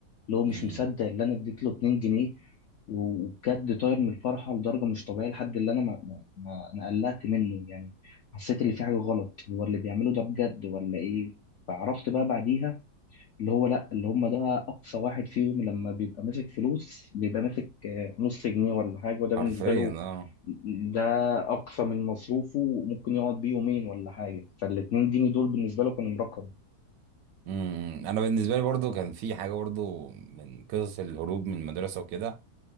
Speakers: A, on the left; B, on the right.
A: اللي هو
B: مم.
A: مش مصدق اللي انا اديت له 2 جنيه وبجد طاير من الفرحه لدرجه مش طبيعيه لحد اللي انا ما- انا قلقت منه يعني حسيت اللي في حاجه غلط هو اللي بيعمله ده بجد ولا ايه فعرفت بقى بعديها اللي هو لا اللي هم ده اقصى واحد فيهم لما بيبقى ماسك فلوس بيبقى ماسك آه، نص جنيه ولا حاجه وده
B: حرفيا
A: بالنسبه له
B: اه
A: ده اقصى من مصروفه وممكن يقعد بيه يومين ولا حاجه فالاتنين جنيه دول بالنسبه له كانوا مرقم
B: امم انا بالنسبه لي برضو كان في حاجه برضو من قصص الهروب من المدرسه وكده